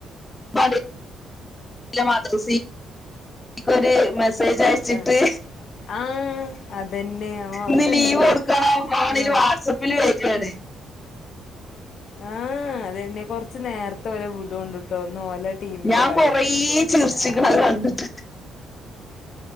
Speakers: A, on the left (about 20°); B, on the left (about 65°).
A: പഠി ല്ല മദ്രസി ക്കൊര് മെസ് സ്സേജയ്ച്ചിട്ട്
B: ആ ആ അതന്നെ ആ അത്
A: ന്ന്
B: കണ്ടു
A: ലീവെട്ക്കണോം ഫോണില്
B: ആ
A: വാട്സപ്പില് വരാണ്.
B: ആഹ് അതെന്നെ. കൊർച്ച് നേര്ത്തെ ഓലെ വിടൊണ്ട്ട്ടോ ന്നോലെ ടീമിന്റെ
A: ഞാൻ
B: കളിയാണെന്നൊക്കെ
A: കൊറേ
B: പർഞ്ഞാണ്ട്
A: ചിരിച്ചിക്കണ
B: ആപ്പൊ
A: അത് കണ്ടിട്ട്